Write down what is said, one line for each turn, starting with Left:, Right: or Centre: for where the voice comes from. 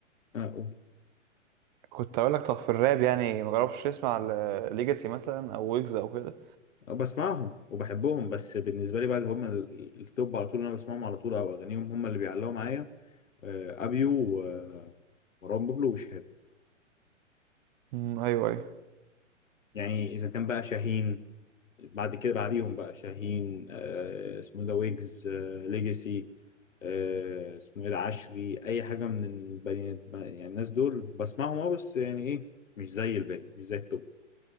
Left: اه قول.
Right: كنت اقول لك طب في الراب يعني ما جربتش تسمع ليجاسي مثلا او ويجز او كده
Left: أه بسمعهم وبحبهم بس بالنسبه لي بقى اللي هم ال- التوب على طول اللي انا بسمعهم على طول او اغانيهم هم اللي بيعلقوا معايا آه، ابيو و- ومروان بابلو وشهاب
Right: امم ايوه ايوه
Left: يعني اذا كان بقى شاهين بعد كده بعديهم بقى شاهين آه، اسمه إيه ده ويجز آه، ليجاسي آه، اسمه ايه ده عشري اي حاجه من البني يعني الناس دول بسمعهم اه بس يعني ايه مش زي الباقي مش زي التوب